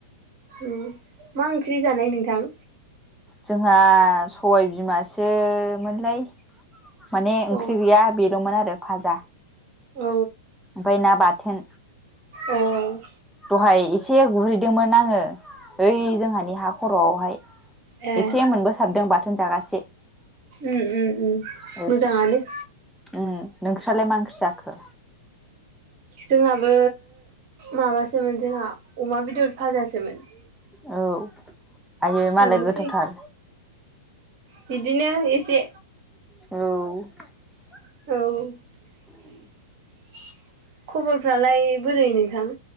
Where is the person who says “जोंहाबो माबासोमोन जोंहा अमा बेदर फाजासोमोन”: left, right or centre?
Right